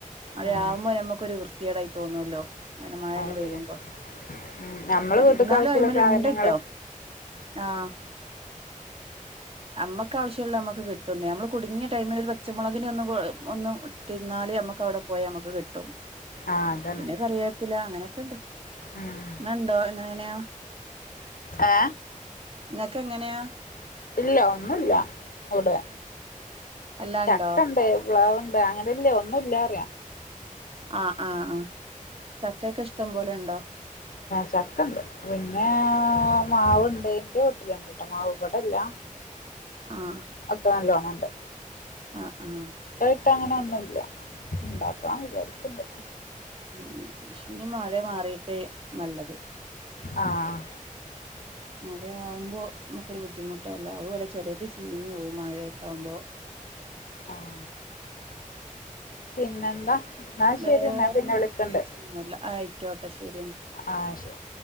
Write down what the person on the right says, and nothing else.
ഴയാവുമ്പോ
നമ്മക്കൊരു വൃത്തിയേടായി തോന്നുവല്ലോ മന മഴ
ഇങ്ങ് പെയ്യുമ്പോ
ഇന്നാലും
അയ്മേല്
ഇണ്ടിട്ടോ ആഹ് നമ്മക്ക് ആവശ്യമുള്ള നമ്മക്ക് കിട്ടുന്നേ നമ്മള് കുടുങ്ങിയ ടൈമിൽ ഒരു പച്ചമുളകിനെ ഒന്ന് ഒന്ന് ഇട്ടിരുന്നാലേ നമുക്ക് അവിടെ പോയാ നമുക്ക് കിട്ടും
പിന്നെ കറിവേപ്പില അങ്ങനെയൊക്കെണ്ട്
ഇങ്ങണ്ടോ എങ്ങനെനെയാ <inaudible>
ങ്ങക്ക് എങ്ങനെയാ
എല്ലാണ്ടോ
ആഹ് ആഹ് ആഹ് ചക്കൊക്കെ ഇഷ്ടം പോലെ ഉണ്ടോ
ആഹ്
ആഹ് ആഹ്
ഉം <unintelligible> ഇനി മഴ മാറിയിട്ട് നല്ലത്
മഴയാവുമ്പോ നമുക്കൊരു ബുദ്ധിമുട്ട ല്ല അതുപോലെ ചെലത് ചീഞ്ഞോവും മഴയൊക്കാവുമ്പോ
വേറൊന്നും
പ്രത്യേകിച്ചൊന്നുല്ല ആയിക്കോട്ടെ ശരി എങ്കി